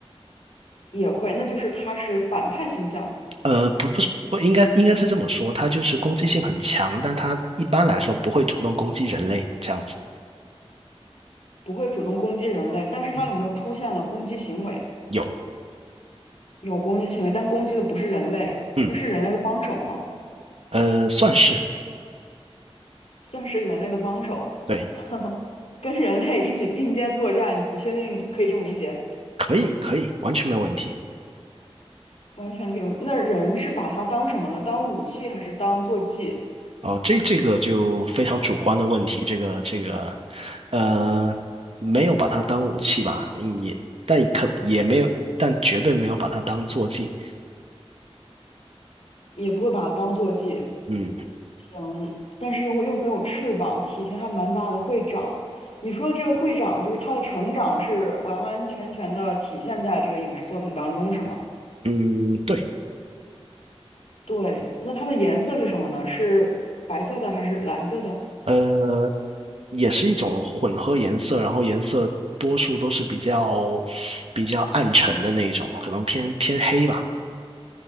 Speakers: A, on the left; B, on the right.
A: 也会，那就是他是反派形象，
B: 呃，不不是不应该应该是这么说，它就是攻击性很强，但它一般来说不会主动攻击人类这样子。
A: 不会主动攻击人类，但是他有没有出现了攻击行为？
B: 嗯有，
A: 有攻击行为，但攻击的不是人类，
B: 嗯，
A: 那是人类的帮手吗？
B: 呃，算是，
A: 算是人类的帮手，
B: 对，
A: <laughs> 跟人类一起并肩作战，你确定可以这么理解？
B: 可以可以，完全没有问题。
A: 完全可以。那人是把它当什么呢？当武器还是当坐骑？
B: 哦，这这个就非常主观的问题，这个这个，呃，没有把它当武器吧，嗯也但可也没有，但绝对没有把它当坐骑。
A: 也不会把它当坐骑，
B: 嗯
A: 嗯，但是又又没有翅膀，体型还蛮大的会长。你说这个会长，就是他的成长是完完全全的体现在这个影视作品当中，是吗？
B: 嗯，对。
A: 对，那它的颜色是什么呢？是白色的还是蓝色的？
B: 呃。也是一种混合颜色，然后颜色多数都是比较比较暗沉的那种，可能偏偏黑吧。